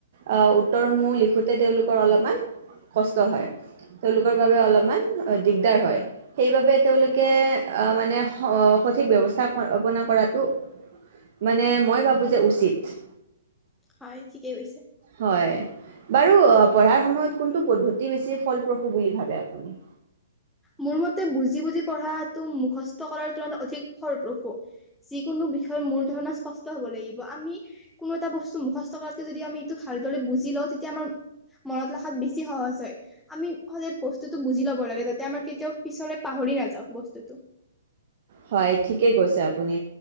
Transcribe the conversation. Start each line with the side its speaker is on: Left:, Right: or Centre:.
Right: আহ উত্তৰসমূহ লিখোতে তেওঁলোকৰ অলপমান কষ্ট হয়, তেওঁলোকৰ বাবে অলপমান দিগদাৰ হয়, সেইবাবে তেওঁলোকে আহ মানে সঠিক ব্যৱস্থা কৰাটো মানে মই ভাবো যে উচিত
Centre: হয় ঠিকে কৈছে
Right: হয়, বাৰু পঢ়াৰ সময়ত কোনটো পদ্ধতি বেছি ফলপ্ৰসূ বুলি ভাবে আপুনি
Centre: মোৰ মতে বুজি বুজি পঢ়াটো মুখস্থ কৰাৰ তুলনাত অধিক ফলপ্ৰসূ, যিকোনো বিষয় মোৰ ধৰণ স্পষ্ট হব লাগিব, আমি কোনো এটা বস্তু মুখস্থ কৰাতকে যদি আমি এইটো ভালদৰে বুজি লওঁ তেতিয়া আমাৰ মনত ৰখাত বেছি সহজ হয় আমি সদায় বস্তুতটো বুজি লব লাগে যাতে আমাৰ কেতিয়াও পিছলৈ পাহৰি নাযাওঁ বস্তুটো
Right: হয় ঠিকেই কৈছে আপুনি,